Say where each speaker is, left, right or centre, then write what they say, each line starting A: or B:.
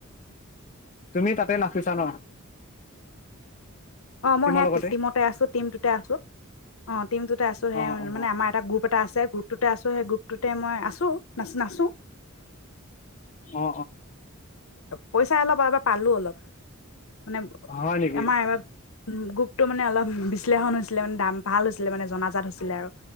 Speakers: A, on the left (about 35°); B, on the left (about 70°).
A: তুমি তাতে নাচিছা ন
B: অ মই
A: টিমৰ
B: সেয়া
A: লগতে
B: টিমতে আছো টিমটোতে আছো অ টিমটোতে আছো সেই
A: অ অ
B: মানে আমাৰ এটা গ্ৰুপ এটা আছে গ্ৰুপটোতে আছো সেই গ্ৰুপটোতে মই আছো নাচ নাচো
A: অ অ
B: পইচা অলপ পালো অলপ মানে
A: অ হয় নেকি
B: আমাৰ এবাৰ উ গ্ৰুপটো মানে অলপ বিশ্লেষণ হৈছিলে মানে দাম ভাল হৈছিলে মানে জনাজাত হৈছিলে আৰু